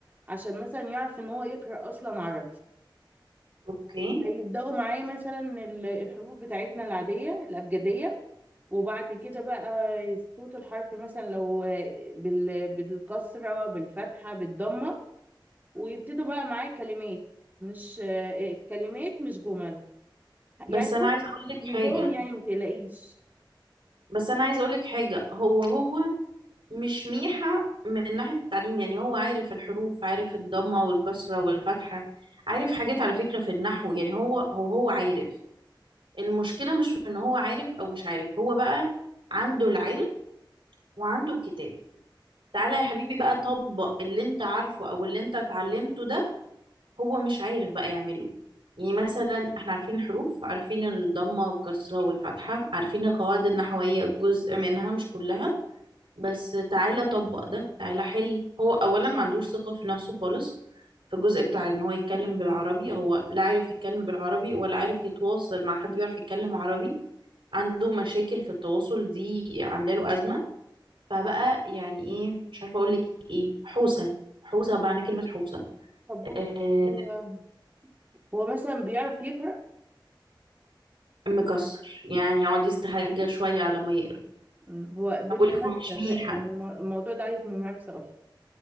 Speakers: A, on the right; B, on the right.
A: عشان مثلا يعرف ان هو يقرأ اصلا عربي
B: اوكي
A: هيبداوا معاه مثلا ال- الحروف بتاعتنا العاديه الابجديه وبعد كده بقى صوت الحرف مثلا لو بال- بالكسره بالفتحه بالضمه ويبتدوا بقى معاه كلمات مش آه، كلمات مش جمل
B: بس
A: يعني
B: انا
A: بص
B: عايزه اقولك
A: نظام
B: حاجه
A: يعني ما تقلقيش
B: بس انا عايزه اقولك حاجه هو هو مش ميحة من ناحية التعليم يعني هو عارف الحروف عارف الضمة والكسرة والفتحة عارف حاجات على فكرة في النحو يعني هو هو هو عارف المشكلة مش في ان هو عارف او مش عارف هو بقى عنده العلم وعنده الكتاب تعالى يا حبيبي بقى طبق اللي انت عارفه او اللي انت اتعلمته ده هو مش عارف بقى يعمله يعني مثلا احنا عارفين الحروف عارفين الضمة والكسرة والفتحة عارفين القواعد النحوية جزء منها مش كلها بس تعالى طبق ده تعالى حل هو اولا ما عندوش ثقة في نفسه خالص في الجزء بتاع ان هو يتكلم بالعربي هو لا عارف يتكلم بالعربي ولا عارف يتواصل مع حد بيعرف يتكلم عربي عنده مشاكل في التواصل دي عاملة له أزمة فبقى يعني ايه مش عارفة اقول لك ايه حوسة حوسة معنى كلمة حوسة
A: طب بص
B: آه
A: هو هو مثلا بيعرف يقرا
B: مكسر يعني يقعد يستهجى شوية على ما يقرب
A: مم. هو بالممارسه
B: بقول لك هو مش ميحة
A: ت- يعني الم- الموضوع ده عايز ممارسه اكتر